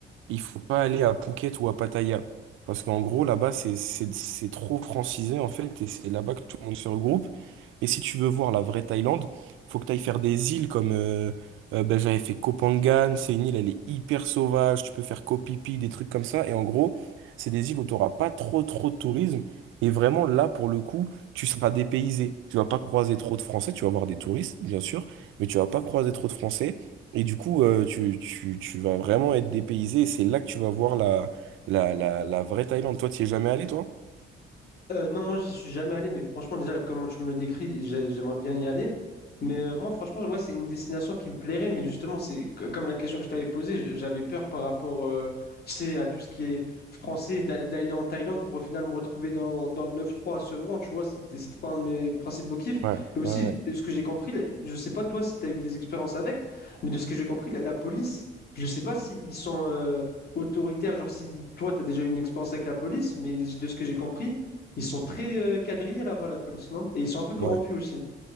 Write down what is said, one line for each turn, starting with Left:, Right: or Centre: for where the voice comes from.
Right: il faut pas aller à Phuket ou à Pattaya. Parce qu'en gros, là-bas, c'est, c'est, c'est trop francisé, en fait, et c'est là-bas que tout le monde se regroupe. Et si tu veux voir la vraie Thaïlande, faut que tu ailles faire des îles comme euh, euh, ben, j'avais fait Koh Phangan, c'est une île, elle est hyper sauvage, tu peux faire Koh Phi Phi, des trucs comme ça. Et en gros, c'est des îles où tu n'auras pas trop trop de tourisme. Et vraiment, là, pour le coup, tu seras dépaysé. Tu vas pas croiser trop de Français, tu vas voir des touristes, bien sûr, mais tu vas pas croiser trop de Français. Et du coup, euh, tu, tu, tu vas vraiment être dépaysé. Et c'est là que tu vas voir la, la, la, la vraie Thaïlande. Toi, tu es jamais allé, toi?
Left: Euh, non, moi, je suis jamais allé, mais franchement, déjà, comment tu me le décris, j'ai- j'aimerais bien y aller. Mais euh, moi, franchement, ouais, c'est une destination qui me plairait, mais justement, c'est c- comme la question que je t'avais posée, j- j'avais peur par rapport, euh, tu sais, à tout ce qui est français, d'aller d'aller en Thaïlande pour au final me retrouver dans, dans le neuf trois à Sevran tu vois, c'était c'était pas un de mes principaux kiffs.
Right: Ouais,
Left: Et aussi,
Right: ouais, ouais.
Left: ce que j'ai compris, là, je sais pas toi si tu as eu des expériences avec, mais de ce que j'ai compris, la, la police, je sais pas s'ils sont euh, autoritaires, genre si toi, tu as déjà eu une expérience avec la police, mais de ce que j'ai compris, ils sont très euh, quadrillés là-bas, la police, non? Et ils sont un peu corrompus
Right: Ouais.
Left: aussi.